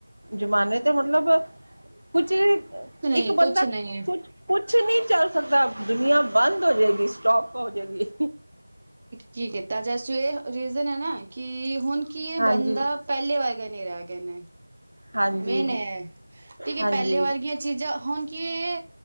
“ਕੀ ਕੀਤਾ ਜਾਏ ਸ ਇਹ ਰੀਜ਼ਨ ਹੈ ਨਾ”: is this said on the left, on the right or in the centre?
Right